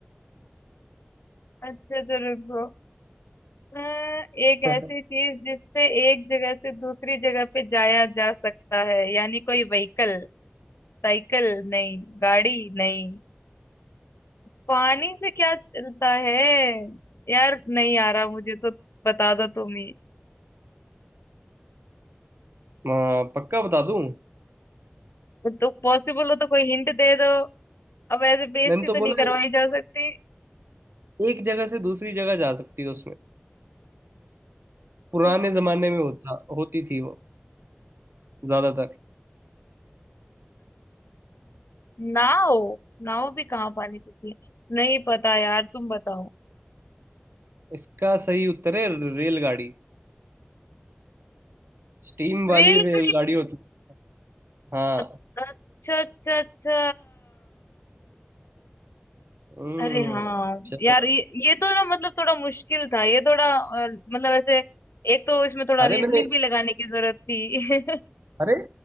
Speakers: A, on the left (about 80°); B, on the right (about 70°).
A: अच्छा तो रुको अं, एक
B: <laughs>
A: ऐसी चीज जिससे एक जगह से दूसरी जगह पे जाया जा सकता है यानी कोई व्हीकल साइकिल नहीं गाड़ी नहीं पानी से क्या चलता है यार नहीं आ रहा मुझे तो बता दो तुम ही
B: आ, पक्का बता दूं
A: तो पॉसिबल हो तो कोई हिंट दे दो अब ऐसे बेइज्जती
B: मैंने तो
A: तो
B: बोला
A: नहीं करवाई जा सकती
B: एक जगह से दूसरी जगह जा सकती है उसमें पुराने
A: उस
B: जमाने में होता होती थी वो ज्यादातर
A: नाव नाव भी कहाँ पानी पीती है नहीं पता यार तुम बताओ
B: इसका सही उत्तर है रेलगाड़ी स्टीम वाली
A: रेलगाड़ी
B: रेलगाड़ी होती है हाँ
A: अच्छा अच्छा अच्छा
B: हम्म
A: अरे हाँ
B: चलो
A: यार ये ये तो ना मतलब थोड़ा मुश्किल था ये थोड़ा अ, मतलब ऐसे एक तो इसमें थोड़ा
B: अरे
A: रीजनिंग
B: मैंने
A: भी लगाने की जरूरत थी <laughs>
B: अरे